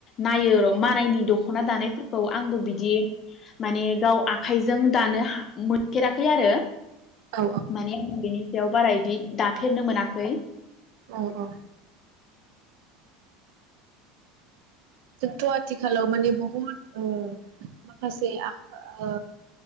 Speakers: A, on the left; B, on the right.
A: नायो र' मानायनि दख'ना दानायफोरखौ आंबो बिदि माने गाव आखाइजों दानो हा मोनफेराखै आरो
B: औ
A: माने आं बेनि सायाव बारा इदि दाफेरनो मोनाखै।
B: औ औ। जोंथ' आथिखालाव माने बहुद ओ माखासे ओ